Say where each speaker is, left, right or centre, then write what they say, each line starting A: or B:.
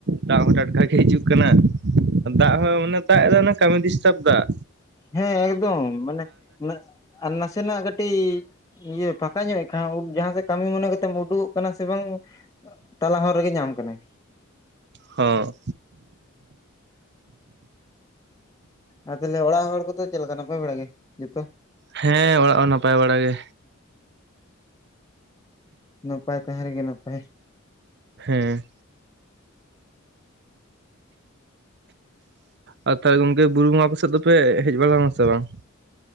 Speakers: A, on the right; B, on the left.
A: ᱫᱟᱜ ᱦᱚᱸ ᱴᱟᱴᱠᱟ ᱜᱮ ᱦᱤᱡᱩᱜ ᱠᱟᱱᱟ ᱫᱟᱜ ᱦᱚᱸ ᱢᱟᱱᱮ ᱫᱟᱜ ᱮ ᱫᱚ ᱚᱱᱟ ᱠᱟᱹᱢᱤ ᱰᱤᱥᱴᱟᱵ ᱫᱟᱜ
B: ᱦᱮᱸ ᱮᱠᱫᱚᱢ ᱢᱟᱱᱮ ᱟᱨ ᱱᱟᱥᱮᱱᱟᱜ ᱠᱟᱹᱴᱤᱡ ᱤᱭᱟᱹ ᱯᱷᱟᱠᱟ ᱧᱚᱜ ᱮ ᱠᱷᱟᱱ ᱡᱟᱦᱟᱸᱥᱮᱫ ᱠᱟᱹᱢᱤ ᱢᱚᱱᱮ ᱠᱟᱛᱮᱢ ᱩᱰᱩᱠᱚᱜ ᱠᱟᱱᱟ ᱥᱮ ᱵᱟᱝ ᱛᱟᱞᱟ ᱦᱚᱨ ᱨᱮᱜᱮ ᱧᱟᱢ ᱠᱟᱢᱟᱭ
A: ᱦᱚᱸ
B: ᱟ ᱛᱟᱦᱚᱞᱮ ᱚᱲᱟᱜ ᱦᱚᱲ ᱠᱚᱫᱚ ᱪᱮᱫ ᱞᱮᱠᱟ ᱱᱟᱯᱟᱭ ᱵᱟᱲᱟ ᱜᱮ ᱡᱚᱛᱚ
A: ᱦᱮᱸ ᱚᱲᱟᱜ ᱦᱚᱸ ᱱᱟᱯᱟᱭ ᱵᱟᱲᱟ ᱜᱮ
B: ᱱᱟᱯᱟᱭ ᱛᱟᱦᱮᱸ ᱨᱮᱜᱮ ᱱᱟᱯᱟᱭ
A: ᱦᱮᱸ ᱟᱨ ᱛᱟᱦᱚᱞᱮ ᱜᱚᱝᱠᱮ ᱵᱩᱨᱩ ᱜᱚᱸᱜᱟ ᱟᱯᱮ ᱥᱮᱫ ᱫᱚᱯᱮ ᱦᱮᱡ ᱵᱟᱲᱟ ᱞᱮᱱᱟ ᱥᱮ ᱵᱟᱝ